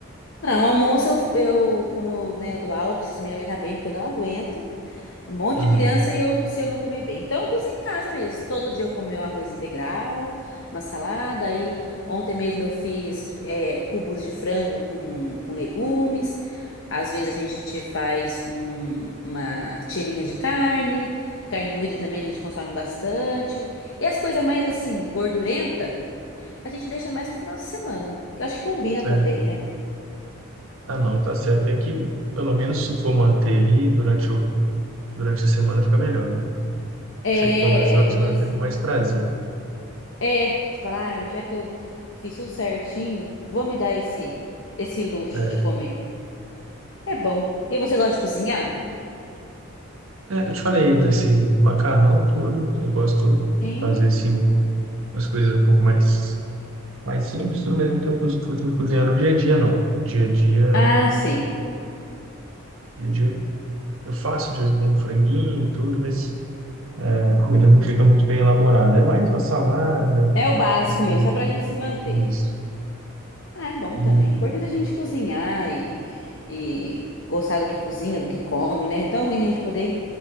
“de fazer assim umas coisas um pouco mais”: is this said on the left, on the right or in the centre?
Right